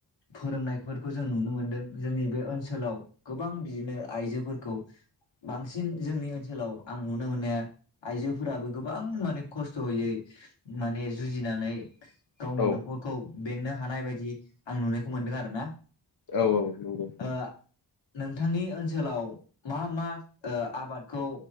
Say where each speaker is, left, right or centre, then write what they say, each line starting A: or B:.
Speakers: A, on the left; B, on the left.
A: फोरोंनायफोरखौ जों नुनो मोनदों जोंनि बे ओनसोलाव गोबां बिदिनो आइजोफोरखौ बांसिन जोंनि ओनसोलाव आं नुनो मोननाया आइजोफोराबो गोबां माने खस्थ'यै माने जुजिनानै गावनि
B: औ
A: न'खरखौ बेंनो हानाय बायदि आं नुनायखौ मोनदों आरो ना
B: औ औ औ
A: ओ नोंथांनि ओनसोलाव मा मा ओ आबादखौ